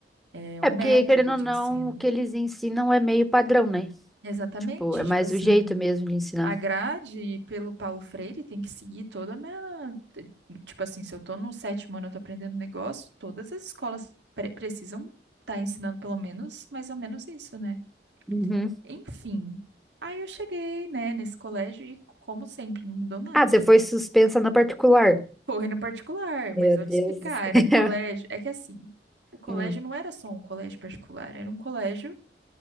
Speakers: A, on the right; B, in the centre.
A: É
B: É
A: o método
B: porque, querendo ou
A: de
B: não,
A: ensino.
B: o que eles ensinam é meio padrão, né?
A: Exatamente,
B: Tipo, é mais
A: tipo assim,
B: o jeito mesmo de ensinar.
A: a grade pelo Paulo Freire tem que seguir toda a minha... te- Tipo assim, se eu tô no sétimo ano, eu tô aprendendo um negócio, todas as escolas pre- precisam estar ensinando pelo menos, mais ou menos isso, né?
B: Uhum.
A: Enfim, aí eu cheguei, né, nesse colégio e, como sempre, não mudou nada.
B: Ah, você foi suspensa na particular.
A: Correndo particular,
B: Meu
A: mas eu
B: Deus
A: vou te explicar.
B: do céu. <laughs>
A: Era um colégio. É que assim, o colégio
B: Hum.
A: não era só um colégio particular, era um colégio